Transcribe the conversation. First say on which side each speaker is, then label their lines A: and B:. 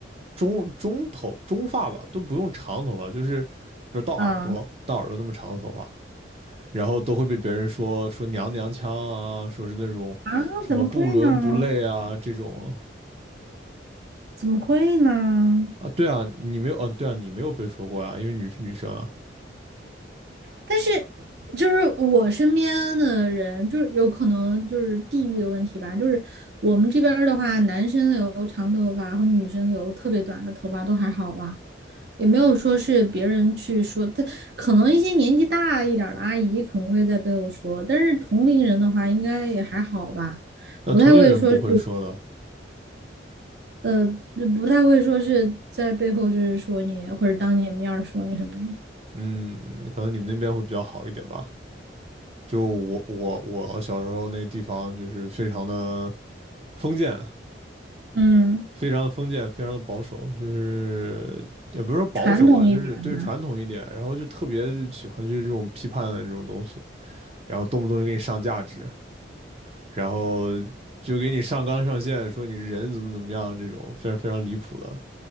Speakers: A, on the right; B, on the right.
A: 中中头中发吧，都不用长头发，就是就是到耳朵到耳朵那么长的头发，
B: 嗯
A: 然后都会被别人说说娘娘腔啊，说是那种什么不伦不类啊这种
B: 啊，怎么会呢？怎么会呢？
A: 啊，对啊，你没有，嗯、对啊，你没有被说过啊，因为你是女生啊，
B: 但是就是我身边的人，就是有可能就是地域的问题吧。就是我们这边儿的话，男生留长头发和女生留特别短的头发都还好吧。也没有说是别人去说他，可能一些年纪大一点的阿姨可能会在背后说，但是同龄人的话应该也还好吧，
A: 那同龄人不会说的，
B: 不太会说是呃，不太会说是在背后就是说你或者当你的面儿说你什么的，
A: 嗯，可能你们那边会比较好一点吧。就我我我小时候那个地方就是非常的封建，
B: 嗯，
A: 非常的封建，非常的保守，就是也不是说保守吧，
B: 传统一点的，
A: 就是对传统一点，然后就特别喜欢去这种批判的这种东西，然后动不动就给你上价值。然后就给你上纲上线，说你人怎么怎么样，这种非常非常离谱的。